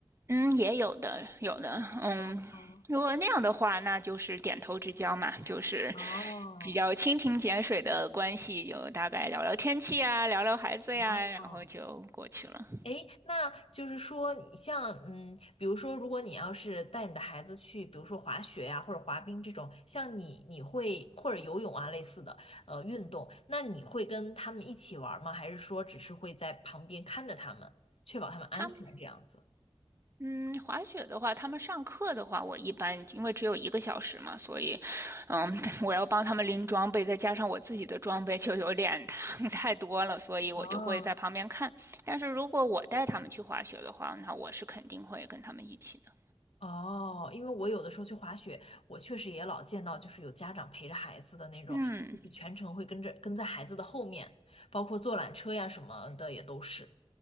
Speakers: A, on the right; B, on the left.
A: 嗯，也有的，有的，嗯，
B: 哦哦
A: 如果那样的话，那就是点头之交嘛，就是
B: 哦
A: 比较蜻蜓点水的关系，就大概聊聊天气啊，聊聊孩子呀，
B: 哦。
A: 然后就过去了。
B: 诶，那就是说，你像嗯，比如说，如果你要是带你的孩子去，比如说滑雪呀、或者滑冰这种，像你你会或者游泳啊类似的呃运动，那你会跟他们一起玩儿吗？还是说只是会在旁边看着他们，确保他们安全这样子？
A: 他们，嗯，滑雪的话，他们上课的话，我一般因为只有一个小时嘛，所以，嗯，<laughs> 我要帮他们拎装备，再加上我自己的装备就有点 <laughs> 太多了，所以我就会在旁边看。
B: 哦，
A: 但是如果我带他们去滑雪的话，那我是肯定会跟他们一起的。
B: 哦，因为我有的时候去滑雪，我确实也老见到，就是有家长陪着孩子的那种，
A: 嗯。
B: 就是全程会跟着跟在孩子的后面，包括坐缆车呀什么的也都是。